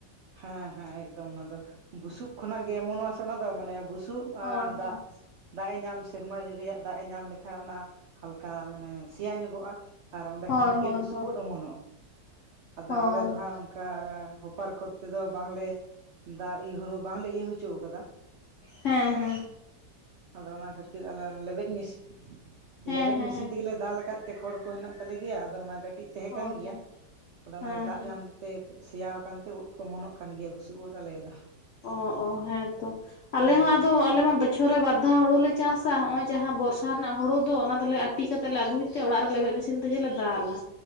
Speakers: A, on the right (about 75°); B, on the left (about 65°).
A: ᱦᱮᱸ ᱦᱮᱸ ᱮᱠᱫᱚᱢ ᱚᱱᱟ ᱫᱚ, ᱵᱩᱥᱩᱵ ᱠᱷᱚᱱᱟᱜ ᱜᱮ ᱚᱢᱚᱱᱚᱜ-ᱟ ᱥᱮ ᱚᱱᱟ ᱫᱚ ᱢᱟᱱᱮ ᱵᱩᱥᱩᱵ
B: ᱦᱳᱭ
A: ᱟᱸᱻ ᱫᱟᱜ,
B: ᱦᱳᱭ
A: ᱫᱟᱜ-ᱮ ᱧᱟᱢ ᱥᱮᱨᱢᱟ ᱨᱮᱭᱟᱜ ᱫᱟᱜ-ᱮ ᱧᱟᱢ ᱞᱮᱠᱷᱟ ᱚᱱᱟ ᱦᱟᱞᱠᱟ ᱢᱟᱱᱮ ᱥᱮᱭᱟ ᱧᱚᱜᱚᱜ-ᱟ ᱟᱨ ᱚᱸᱰᱮ
B: ᱦᱳᱭ
A: ᱠᱷᱚᱱᱟᱜ ᱜᱮ
B: ᱦᱳᱭ
A: ᱵᱩᱥᱩᱵ
B: ᱦᱳᱭ
A: ᱩᱫ ᱚᱢᱚᱱᱚᱜ-ᱟ᱾ ᱟᱫᱚ
B: ᱦᱳᱭ
A: ᱟᱞᱮ ᱫᱚ ᱦᱟᱸᱜ ᱚᱝᱠᱟ ᱦᱚᱯᱟᱨ ᱠᱚᱛᱮ ᱫᱚ ᱵᱟᱝ ᱞᱮ ᱫᱟᱜ ᱤᱭᱟᱹ ᱦᱩᱲᱩ ᱵᱟᱝᱞᱮ ᱤᱨ ᱦᱚᱪᱚᱣ ᱠᱟᱫᱟ᱾
B: ᱦᱮᱸ ᱦᱮᱸ᱾
A: ᱟᱫᱚ ᱚᱱᱟ ᱠᱷᱟᱹᱛᱤᱨ ᱟᱞᱮ ᱞᱮᱵᱮᱫ ᱢᱤᱥᱤᱱ,
B: ᱦᱮᱸ
A: ᱞᱮᱵᱮᱫ
B: ᱦᱮᱸ
A: ᱢᱮᱥᱤᱱ
B: ᱦᱮᱸ
A: ᱛᱮᱜᱮᱞᱮ ᱫᱟᱞ ᱠᱟᱫ ᱛᱮ ᱠᱷᱚᱲ ᱠᱚ ᱦᱮᱱᱟᱜ ᱛᱟᱞᱮ ᱜᱮᱭᱟ ᱟᱫᱚ ᱚᱱᱟ ᱠᱟᱹᱴᱤᱡ ᱛᱟᱦᱮᱸ
B: ᱦᱳᱭ
A: ᱠᱟᱱ ᱜᱮᱭᱟ
B: ᱦᱳᱭ᱾
A: ᱟᱫᱚ ᱚᱱᱟᱜᱮ
B: ᱦᱮᱸ
A: ᱫᱟᱜ
B: ᱦᱮᱸ
A: ᱧᱟᱢᱛᱮ ᱥᱮᱭᱟ ᱟᱠᱟᱱᱛᱮ ᱩᱫ ᱠᱚ ᱚᱢᱚᱱᱚᱜ ᱠᱟᱱ ᱜᱮᱭᱟ ᱵᱩᱥᱩᱵ ᱩᱫ ᱟᱞᱮᱭᱟᱜ ᱫᱚ᱾
B: ᱚ ᱚ ᱦᱮᱸ ᱛᱚ, ᱟᱞᱮ
A: ᱦᱮᱸ
B: ᱦᱚᱸ ᱟᱫᱚ ᱟᱞᱮ ᱢᱟ ᱵᱟᱹᱪ ᱵᱚᱪᱷᱚᱨ ᱨᱮ ᱵᱟᱨ ᱫᱷᱟᱣ ᱦᱳᱲᱳ ᱞᱮ ᱪᱟᱥᱟ᱾ ᱦᱚᱸᱜ-ᱚᱭ ᱡᱟᱦᱟᱸ ᱵᱚᱨᱥᱟ ᱨᱮᱱᱟᱜ ᱦᱩᱲᱩ ᱫᱚ ᱚᱱᱟ ᱫᱚᱞᱮ ᱟᱹᱴᱤ ᱠᱟᱛᱮᱫ ᱞᱮ ᱟᱹᱜᱩᱭ ᱛᱮ ᱚᱲᱟᱜ ᱨᱮ ᱞᱮᱵᱮᱫ ᱢᱮᱥᱤᱱ ᱛᱮᱜᱮ ᱞᱮ ᱫᱟᱞᱟ